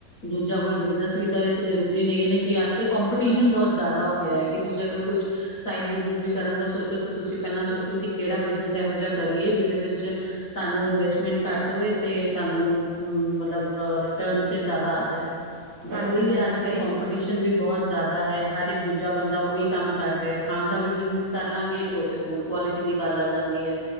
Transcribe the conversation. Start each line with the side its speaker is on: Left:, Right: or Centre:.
Left: ਦੂਜਾ ਕੋਈ ਬਿਜਨਸ ਵੀ ਕਰੇ ਤਾਂ ਜਰੂਰੀ ਨਹੀਂ ਇਹ ਕਿ ਅੱਜ ਕੱਲ ਕੰਪੀਟੀਸ਼ਨ ਬਹੁਤ ਜ਼ਿਆਦਾ ਹੋ। ਗਿਆ ਹੈ ਕਿ ਤੁਸੀਂ ਅਗਰ ਕੁੱਛ ਸਾਈਡ ਬਿਜਨਸ ਵੀ ਕਰਨ ਦਾ ਸੋਚੋ ਤੇ ਤੁਸੀਂ ਪਹਿਲਾਂ ਸੋਚੋ ਕਿ ਕਿਹੜਾ ਬਿਜਨਸ ਇਹੋ ਜਿਹਾ ਕਰੀਏ ਜਿਹਦੇ ਵਿੱਚ। ਤੁਹਾਨੂੰ ਇਨਵੈਸਟਮੈਂਟ ਘੱਟ ਓਏ ਤੇ ਤੁਹਾਨੂੰ ਮਤਲਬ ਰਿਟਰਨ ਚ ਜਿਆਦਾ ਆ ਜਾਏ।
Right: ਹਾਂਜੀ
Left: ਬਟ ਉਹੀ
Right: ਹਾਂਜੀ
Left: ਹੈ ਅੱਜ
Right: ਸਹੀ
Left: ਕੱਲ੍ਹ ਕਪੀਟੀਸ਼ਨ ਵੀ ਬਹੁਤ ਜ਼ਿਆਦਾ ਹੈ ਹਰ ਇੱਕ। ਦੂਜਾ ਬੰਦਾ ਉਹੀ ਕੰਮ ਕਰ ਰਿਹਾ ਖਾਣ ਦਾ ਵੀ ਬਿਜਨਸ ਕਰ ਲਾਂਗੇ ਤੇ ਉੱਥੇ ਫੂਡ ਕੁਆਲਿਟੀ ਦੀ ਗੱਲ ਆ ਜਾਂਦੀ ਹੈ।